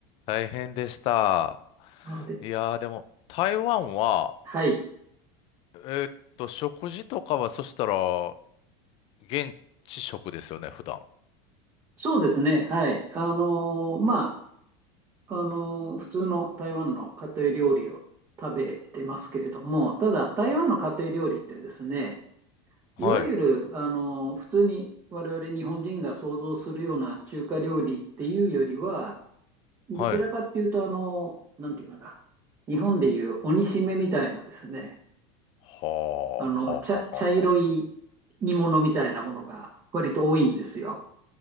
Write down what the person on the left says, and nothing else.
大変でした。
いやー、でも、台湾は、
えーっと、食事とかは、そしたら、現地食ですよね、普段。
はい、
はい。
はあ、は
あ、はあ、
はあは